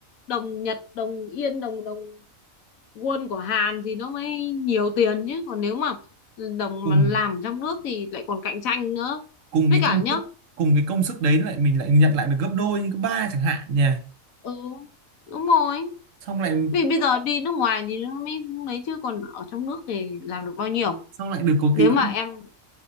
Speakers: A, on the left; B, on the right.
A: đồng Nhật đồng Yên đồng đồng won của Hàn thì nó mới nhiều tiền chứ còn nếu mà đồng
B: cùng
A: mà làm trong nước thì lại còn cạnh tranh nữa
B: cùng
A: với
B: cái
A: cả
B: công
A: nhá
B: sức cùng cái công sức đấy lại mình lại nhận lại được gấp đôi gấp ba chẳng hạn nhỉ
A: ừ đúng rồi
B: xong lại
A: vì bây giờ đi nước ngoài thì nó mới lấy chứ còn ở trong nước thì làm được bao nhiêu
B: xong lại được có
A: nếu
B: cái
A: mà
B: không
A: em